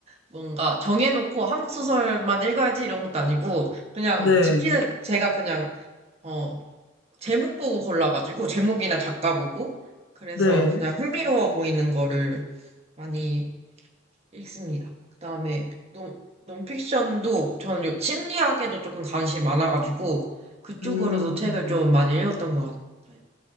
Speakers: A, on the right (about 30°); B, on the left (about 60°).
A: 뭔가 정해놓고 한국 소설만 읽어야지 이런 것도 아니고, 그냥
B: 네,
A: 집히는 제가 그냥, 어, 제목 보고 골라가지고, 제목이나 작가 보고, 그래서
B: 네.
A: 그냥 흥미로워 보이는 거를 많이 읽습니다. 그다음에 논, 논픽션도 저는 요- 심리학에도 조금 관심이 많아가지고 그쪽으로도
B: 음,
A: 책을 좀 많이 읽었던 것 같아요.